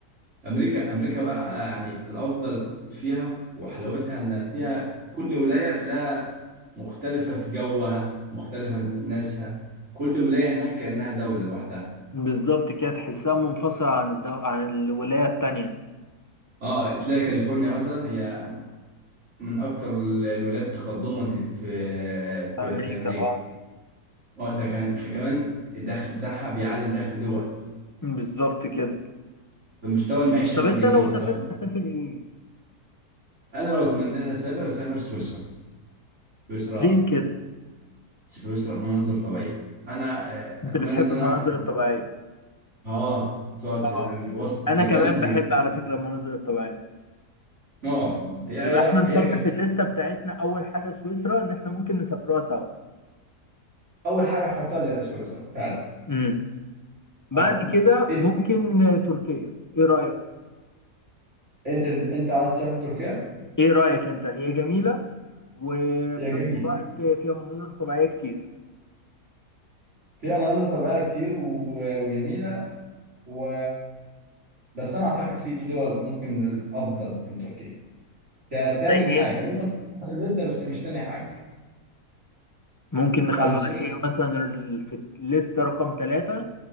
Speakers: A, on the right (about 45°); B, on the left (about 30°).
A: امريكا امريكا بقى يعني الافضل فيها وحلاوتها ان فيها كل ولايه تلاقيها مختلفه في جوها مختلفه في ناسها كل ولايه هناك كانها دوله لوحدها
B: بالظبط كده تحسها منفصلة عن الدو... عن الولاية التانية
A: اه تلاقي كاليفورنيا مثلا هي من اكتر ال- الولايات تقدما في
B: في
A: في
B: أمريكا
A: في امريكا
B: اه
A: اه ده كان ده كمان الدخل بتاعها بيعادل دخل دول
B: بالظبط كده
A: فمستوى المعيشه
B: طب
A: هناك
B: أنت
A: جميل
B: لو
A: فلو
B: سافرت هتسافر إيه؟
A: انا لو اتمنى لها اسافر اسافر سويسرا سويسرا
B: ليه كده؟
A: سويسرا مناظر طبيعيه انا آه،
B: انت
A: اتمنى
B: بتحب
A: ان انا
B: المناظر الطبيعيه
A: اه تقعد
B: اه
A: في ال- وسط الجبال
B: انا كمان
A: الجبال
B: بحب على فكره المناظر الطبيعيه
A: اه هي هي
B: يبقى احنا نحط
A: هي جميل
B: في الليسته بتاعتنا اول حاجه سويسرا ان احنا ممكن نسافرها سوا
A: اول حاجه احطها لي سويسرا فعلا
B: امم بعد
A: اه
B: كده
A: إيه-
B: ممكن آه، تركيا ايه رايك
A: انت انت عايز تسافر تركيا
B: ايه رايك انت هي جميله وفي
A: هي جميل
B: نفس الوقت فيها مناظر طبيعيه كتير
A: فيها مناظر طبيعيه كتير و- وجميله و بس انا اعتقد في دول ممكن افضل من تركيا كتاني
B: زي ايه
A: حاجه ممكن نحطها في الليسته بس مش تاني حاجه
B: ممكن نخلوها
A: بعد سويسرا
B: هي مثلا ال- في الليسته رقم ثلاثة